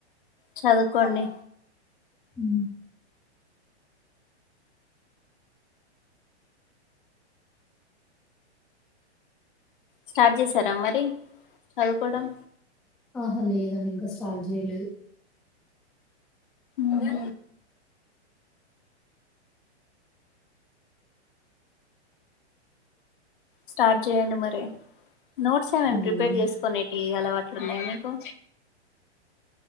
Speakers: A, on the left (about 45°); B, in the centre.
A: చదువుకోండి
B: ఉ
A: స్టార్ట్ చేసారా మరి చదువుకోవడం
B: ఆహా లేదండి ఇంకా స్టార్ట్ చేయలేదు
A: ఉహు స్టార్ట్ చేయండి మరి నోట్స్ ఏమైనా
B: హ్మ్.
A: ప్రిపేర్ చేసుకుొనేటి ఇ అలవాట్లున్నాయి మీకు